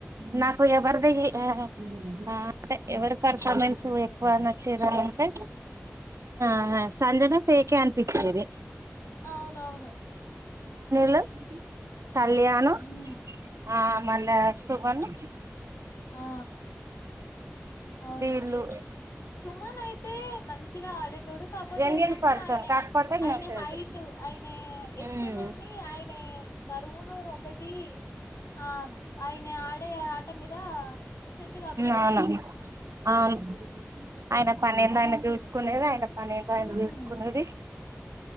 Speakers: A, on the right; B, on the left.
A: నా నాకు ఎవరిది ఆ అంటే ఎవరి పర్ఫార్మెన్స్ ఎక్కువ నచ్చేదంటే ఆ సంజన ఫేకే అనిపించేది.
B: అవునవును
A: ల్ కళ్యాణు
B: మ్మ్
A: ఆ మళ్ళా సుమను
B: ఆ అవును
A: వీళ్ళు
B: సుమన్ అయితే టే మంచిగా ఆడ డు కాకపోతే
A: జెన్యున్
B: ఏంటంటే
A: పర్సన్
B: ఆయన
A: కాకపోతే ఇన్నోసెంట్
B: ఆయన హైట్ ఆయన ఎత్తు
A: ఉమ్
B: ను ఆయన బరువును ఒకటి ఆ ఆయిన ఆడే ఆట మీద సెట్ కాకపోతుండే
A: అవును అవును ఆయన పని ఏందో ఆయన చూసుకునేది ఆయన పని ఏందో ఆయన
B: మ్మ్
A: చూసుకునేది